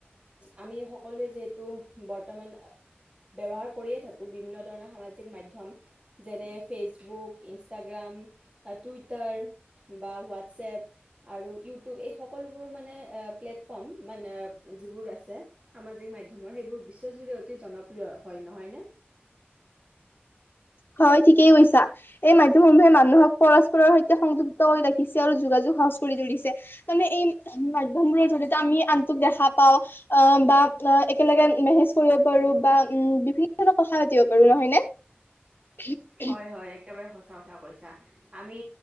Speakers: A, on the right; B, on the left.
A: আমি সকলোৱে যিহেতু বৰ্তমান ব্যৱহাৰ কৰিয়ে থাকোঁ, বিভিন্ন ধৰণৰ সামাজিক মাধ্যম যেনে ফেচবুক, ইনষ্টাগ্ৰাম বা টুইটাৰ বা হোৱাটছএপ আৰু ইউটিউব এই সকলো যিবোৰ মানে প্লেটফৰ্ম মানে যিবোৰ আছে সামাজিক মাধ্যমৰ সেইবোৰ বিশ্বজুৰি অতি জনপ্ৰিয় হয়, নহয় নে?
B: হয় ঠিকেই গৈছা এই মাধ্যম সমূহে মানুহক পৰস্পৰৰ সৈতে সংযুক্ত হৈ ৰাখিছে, আৰু যোগাযোগ সহজ কৰি তুলিছে, মানে এই মাধ্যমবোৰৰ জৰি়য়তে আমি আনটোক দেখা পাও। অ', বা অ', একেলগে মেছেেজ কৰিব পাৰো বা উ বিভি কথা পাতিব পাৰো নহয় নে। <unintelligible>
A: হয় হয় একেবাৰে সঁচা কথা কৈছা, আমি